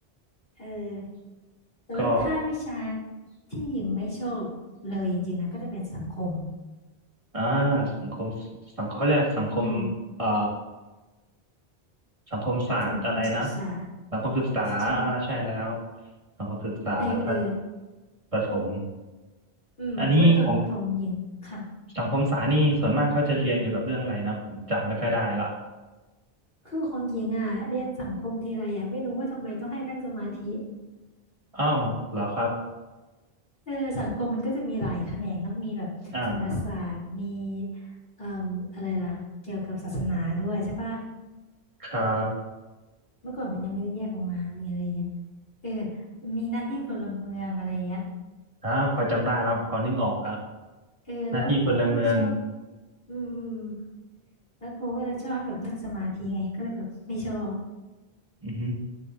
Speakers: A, on the left; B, on the right.
A: เออแต่ว่าถ้าวิชา
B: ก็
A: ที่หญิงไม่ชอบเลยจริงๆนะก็จะเป็นสังคม
B: อ่าสังคมสังคมแรยกสังคม
A: อืม
B: เอ่อสังคมศาสตร์อะไรนะ
A: สังคมศึกษา
B: สังคมศึกษาอ่าใช่แล้ว
A: ใช่ไหม
B: สังคมศึกษาท่าน
A: เออเออ
B: ประถม
A: อืมเพราะว่าตอนประถมหญิงค่ะ
B: อันนี้ของสังคมศาสตร์นี่ส่วนมากเขาจะเรียนเกี่ยวกับเรื่องอะไรนะผมจำไม่ค่อยได้ละ
A: คือของหญิงอ่ะเรียนสังคมทีไรอ่ะไม่รู้ว่าทำไมต้องให้นั่งสมาธิ
B: อ้าวเหรอครับ
A: เออสังคมมันก็จะมีหลายแขนงเนาะมีแบบเศรษฐศาสตร์มี
B: อ่า
A: เอ่ออะไรล่ะเกี่ยวกับศาสนาด้วยใช่ปะ
B: ครับ
A: เมื่อก่อนมันยังไม่ได้แยกออกมาอะไรเงี้ยเออมีหน้าที่พลเมืองอะไรเงี้ย
B: อ่าพอจำได้แล้วพอนึกออกละ
A: เออแล้วครูก็จะชอบ
B: หน้าที่พลเมือง
A: อืมอืมแล้วครูก็จะชอบให้แบบนั่งสมาธิไงก็เลยแบบไม่ชอบ
B: อือฮึ